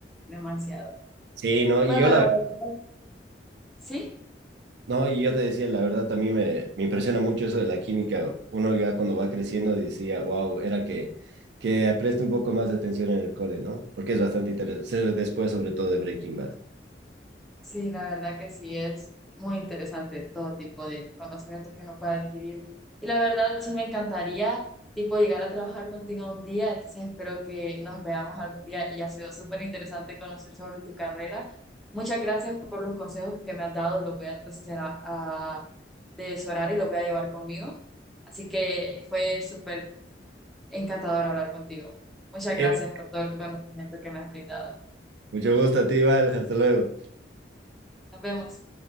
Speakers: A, in the centre; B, on the right.
A: demasiado.
B: Sí, no, y
A: Bueno,
B: yo la...
A: la verdad, sí.
B: No, y yo te decía, la verdad, también me, me impresiona mucho eso de la química. Uno ya cuando va creciendo decía, wow, era que, que preste un poco más de atención en el cole, ¿no? Porque es bastante interesante, después sobre todo de Breaking Bad.
A: Sí, la verdad que sí es muy interesante todo tipo de conocimiento que uno pueda adquirir. Y la verdad sí me encantaría tipo llegar a trabajar contigo un día, entonces espero que nos veamos algún día y ha sido súper interesante conocer sobre tu carrera. Muchas gracias por los consejos que me has dado, los voy a empezar a, a atesorar y los voy a llevar conmigo. Así que fue súper encantador hablar contigo. Muchas
B: Y
A: gracias
B: bueno,
A: por todo el conocimiento que me has brindado.
B: mucho gusto a ti, Val, hasta luego.
A: Nos vemos.